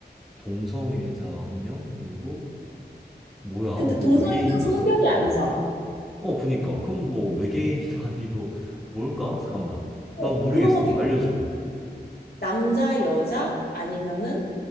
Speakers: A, in the centre; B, on the left.
A: 동성애자 한 명, 그리고 뭐야?
B: 근데 동성애는
A: 뭐 외계인 있어?
B: 성별이 아니잖아.
A: 어. 어, 그니까. 그럼 뭐 외계인도 <laughs> 아니고 뭘까? 잠깐만.
B: 어,
A: 나 모르겠어.
B: 그런 거 비슷해.
A: 알려줘.
B: 남자, 여자 아니면은